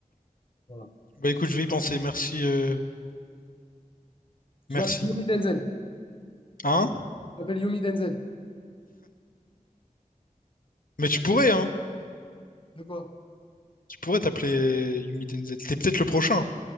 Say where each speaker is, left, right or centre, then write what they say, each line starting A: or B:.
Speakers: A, on the left; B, on the left.
A: Voilà.
B: Bah, écoute, je vais y penser. Merci, euh,
A: Je
B: merci.
A: m'appelle Yomi Denzel.
B: Hein?
A: Je m'appelle Yomi Denzel.
B: Mais tu pourrais, hein?
A: De quoi?
B: Tu pourrais t'appeler Yumi Denzel. T'es peut-être le prochain.